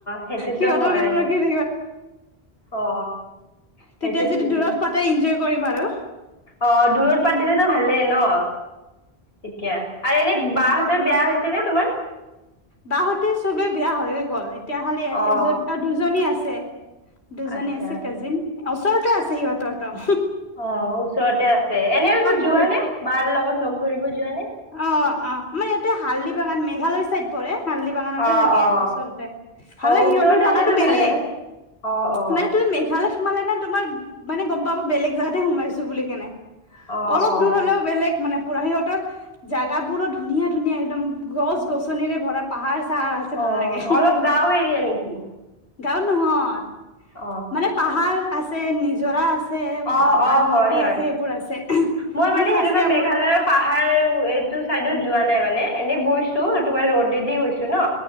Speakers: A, on the left (about 70°); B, on the left (about 85°).
A: সেইটোতো
B: সিহঁতও
A: হয়
B: <inaudible> লাগিব
A: অ সেইটোতো
B: তেতিয়া যদি দূৰত পাতে এনজয় কৰিম আৰু।
A: অ, দূৰত পাতিলেতো ভালেই ন? এতিয়া আৰু এনেই বাহঁতৰ বিয়া হৈছে নে তোমাৰ?
B: বাহতে চবেই বিয়া হৈয়ে গ'ল এতিয়া খালি
A: অ
B: এজন আৰু দুজনী আছে। দুজনী
A: আচ্ছা
B: আছে কাজিন ওচৰতে আছে সিহঁতৰ ত।
A: অ, ওচৰতে আছে এনে ত যোৱা
B: দূৰ
A: নে বাৰ লগত লগ ধৰিব যোৱা নে?
B: অ, অ, মই ইয়াতে হালদি বাগান মেঘালয় চাইদ পৰে হালদি বাগানতে
A: অ
B: থাকে
A: অ
B: ওচৰতে ভালে
A: অ
B: সিহঁতৰ
A: ওচৰতে
B: জোগাতো
A: হলেতো
B: বেলেগ।
A: ভালে অ অ
B: মানে তুমি মেঘালয়ত সোমালা নে তোমাৰ মানে গম পাব বেলেগ জাগগাতেে সোমাইছোঁ বুলি কেনে।
A: অ
B: অলপ
A: অ
B: দূৰ হলেও বেলেগ মানে পুৰা সিহঁতৰ জাগাবোৰো ধুনীয়া ধুনীয়া একদম গছ গছনিৰে ভৰা পাহাৰ চাহাৰ আছে
A: অ
B: ভাল লাগে।
A: অলপ গাঁও এৰিয়া নেকি
B: গাঁও নহয়
A: অ
B: মানে পাহাৰ আছে নিজৰা আছে।
A: অ
B: আ ধান
A: অ হয়
B: খেতি
A: হয়
B: আছে সেইবোৰ আছে মানে
A: মই
B: খাচিয়
A: সেনেকুৱা মেঘালয়ৰ
B: বোৰ।
A: পাহাৰ এইটো চাইডত যোৱা নাই মানে এনেই গৈছো তোমাৰ ৰ'দেদি গৈছোঁ ন।